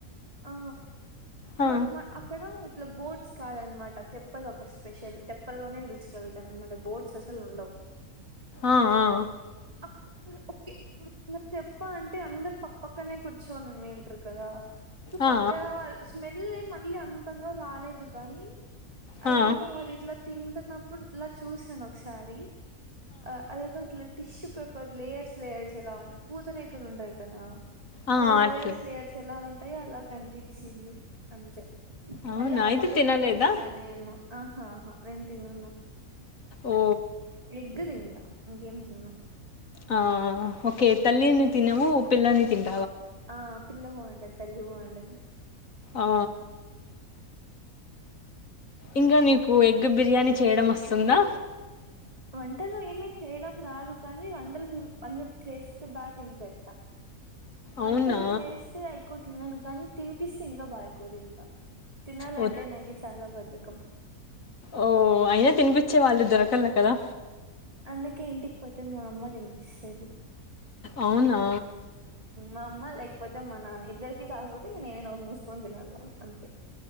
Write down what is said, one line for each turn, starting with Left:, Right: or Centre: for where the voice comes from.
Right: ఆ
Left: ఆ,
Right: మా మా అక్కడా ఇట్ల బోట్ గ్స్ కాదన్నమాట. తెప్పల్ ఒక స్పెషల్ తెప్పల్లోనే హిల్స్ కి ఎళ్తారు అన్మాట. బోట్స్ అసల్ ఉండవ్.
Left: ఆ ఆ
Right: అక్ ఇంగడ ఒకే ఇప్పుడు ఇంగ తెప్పా అంటే అందరు పక్క పక్కనే కూర్ ర్చొన్ ఉండింటర్ కదా. సో
Left: ఆ, ఆ,
Right: పక్కన వాల్ స్మెల్ ఏం అం వీగా అంతగా రాలేదు గానీ అది
Left: ఆ,
Right: ఏందో వాళ్ళ ఇట్ల తింటున్నప్ ప్పుడు ఇట్లా చూసాను ఒకసారీ. ఆ అదేదో ఇట్ల tissue paper layers layers ఎలా ఉ పూతరేకులు ఉంటాయి కదా
Left: ఆ,
Right: అది
Left: అట్లా
Right: లేయర్స్ లేయర్స్ ఎలా ఉంటాయో అలా కనిపిచ్చింది అని
Left: అవునా
Right: మళ్ళ ఆ
Left: అయితే
Right: పక్క
Left: తినలేదా
Right: తిరిగేసిన నేను ఆహాహా నేను తినను
Left: ఓ
Right: ఎగ్గు తింటా ఇంకె చా
Left: ఆ ఓకే తల్లిని తినము పిల్లని తింటము
Right: ఆ పిల పోవండ తల్లిపోవండదు
Left: ఆ, ఇంకా నీకు ఎగ్ బిర్యానీ చేయడం వస్తుందా
Right: వంటలు ఏమిీ చేయడం రాదు కానీ వంటలు అన్న చేస్తే బాగా తినిపచ్చ వంటలు
Left: అవునా
Right: చేస్తే అయికుతున్నాను కానీ తన్ పిస్ సింగ బ దింకా తినాల
Left: ఓ
Right: అంటే నాగి చాలా బధకం
Left: ఓ అయినా తినిపచ్చే వాళ్ళు దొరకలా కదా
Right: అందుకే ఇంటికి పోతే మా అమ్మ తినిపిస్తాది
Left: అవునా
Right: మామ్ లేకపోతే మా నాన్న ఇద్దరికి కాకపోతే ఇ నేనేో మూసుకొని తినాల అంతే